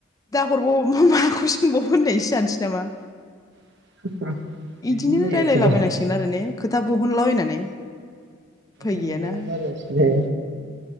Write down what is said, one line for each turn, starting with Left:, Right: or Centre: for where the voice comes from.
Left: दा हरबाव माखौ सोंबावो होननायसो जानोसै नामा।
Right: <unintelligible> बिदिनो
Left: इदिनो
Right: जायो
Left: रायलायलाबायनांसिगोन
Right: एखमबा
Left: आरो ने खोथा बहनलाबायनानै उफाय
Right: नुनो
Left: गैयाना।
Right: मोनला गासिबो
Left: उम